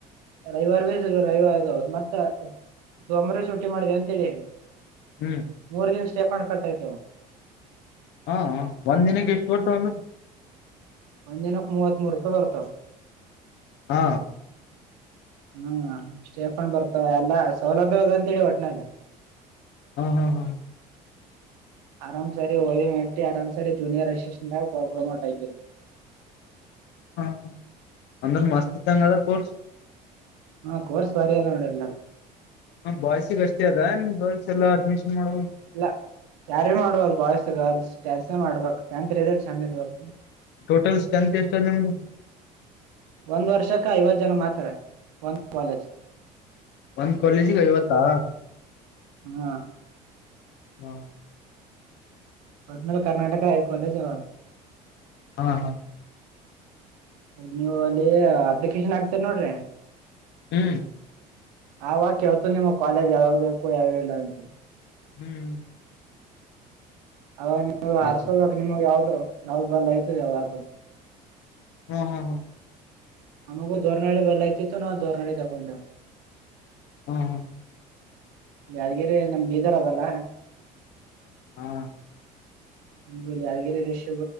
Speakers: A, on the right; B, on the left.
A: ರವಿವಾರ ಭ ರವಿವಾರದು ಮತ್ತ ಸೋಮಾರ ಸುಟ್ಟಿ ಮಾಡಿದೆ ಅಂತೇಳಿ.
B: ಹ್ಮ್
A: ಮೂರ್ ದಿನ್ ಸ್ಟೇಪಂಡ ಕಟ್ಟಾಯ್ತು.
B: ಹಾ ಹ ಒಂದ್ ದಿನಕ್ಕೆ ಎಷ್ಟು ಬರ್ತಾವಂದ್ರಿ.
A: ಒಂದಿನಕ್ಕ್ ಮೂವತ್ಮೂರು ರೂಪಾಯಿ ಬರ್ತಾವ.
B: ಆ
A: ಹ್ಮ್ ಸ್ಟೇಫಂಡ್ ಬರ್ತ ಎಲ್ಲಾ ಸೌಲಭ್ಯ ಅದ ಅಂತೇಳಿ ಒಟ್ನಲ್ಲಿ.
B: ಹ ಹ ಹ
A: ಆರಾಮ್ ಸರಿ ಹೊಯ ಮಟ್ಟಿ ಆರಾಮ್ಸರಿ ಜೂನಿಯರ್ ಅಸಿಸ್ಟೆಂಟ್ ಆಗಿ ಪ್ರಾಬ್ಲಮೋಟ್ ಆಐತರಿ.
B: ಹ ಅಂದರ ಮಸ್ತ್ ಇದಂಗದ ಕರ್ಸ್.
A: ಹಾ ಕೋರ್ಸ್ ಬರಾಅದ ನೋಡಯಲ್ಲ.
B: ಹ ಬಾಯ್ಸಿಗೆ ಅಷ್ಟೇ ಅದ ನಿಮ ಗರ್ಲ್ಸ್ ಎಲ್ಲಾ ಅಡ್ಮಿಷನ್ ಮಾಡ
A: ಇಲ್ಲ ಯಾರು ಮಾಡ್ಬೋದು ಬಾಯ್ಸ್ ಗರ್ಲ್ಸ್ ಕಲಸಿ ಮಾಡ್ಬೇಕು ಟೆಂತ್ ರಿಸಲ್ಟ್ ಚಂದ ಇರ್ಬೇಕು.
B: ಟೋಟಲ್ ಸ್ಟ್ರೆಂತ್ ಎಷ್ಟು ಅದ ನಿಮ್ದು.
A: ಒಂದ್ ವರ್ಷಕ್ಕ ಐವತ್ತು ಜನ ಮಾತ್ರಾ ಒಂದ ಕಾಲೇಜ.
B: ಒಂದ್ ಕಾಲೇಜಿಗ ಐವತ್ತಾ.
A: ಹ್ಮ
B: ಹಾ
A: ಒಟ್ನಲ್ ಕರ್ನಾಟಕ ಐದ್ ಕಾಲೇಜ ಅವ.
B: ಹಾ ಹಾ
A: ನೀವು ಅಲ್ಲಿ ಅಪ್ಲಿಕೇಶನ್ ಹಾಕ್ತೀರಿ ನೋಡ್ರಿ.
B: ಹ್ಮ್
A: ಆವಾಗ ಕೇಳ್ತು ನಿಮ್ಮ ಕಾಲೇಜ್ ಯಾವ್ಬೇಕು ಯಾವಿಲ್ಲ ಅಂತ.
B: ಹ್ಮ್ ಹ್ಮ.
A: ಅವಾಗ ನಿ ಹರ್ಸೋಬೇಕ್
B: ಸರಿ
A: ನಿಮ್ಗೆ ಯಾವ್ದ ಯಾವ್ದ್ ಬಲ್ಲ ಆಯ್ತು ಯಾವ್ದ್ ಅತು.
B: ಹ್ಮ್ ಹ್ಮ್ ಹ್ಮ್
A: ನಮಗ ದೋರ್ನಾಳಿ ಬಲ್ಲ ಐತಿತ್ತು ನಾವು ದೋರ್ನಳಿಗ್ ತಗೊಂಡೆವು.
B: ಅಹ್ಮ ಹ
A: ಯಾದಗಿರಿ ನಮ್ ಬೀದರ್ ಅದಲ್ಲ.
B: ಹಾ
A: ನಮಗೆ ಯಾದಗಿರಿ ಡಿಸ್